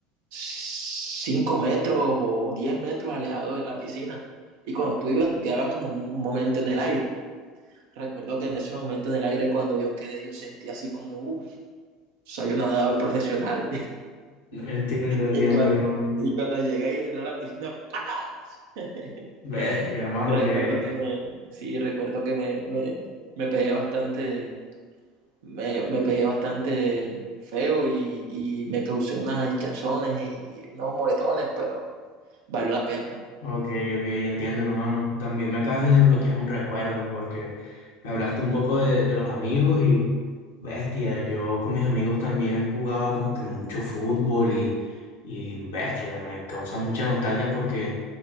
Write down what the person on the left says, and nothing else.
Entiendo, entiendo,
hermano.
<laughs> Bestia, hermano,
que...
Ok, ok, entiendo, hermano. También me acabas de desbloquear un recuerdo porque me hablaste un poco de, de los amigos y, bestia, yo con mis amigos también jugaba como que mucho fútbol y, y, bestia, me causa mucha nostalgia porque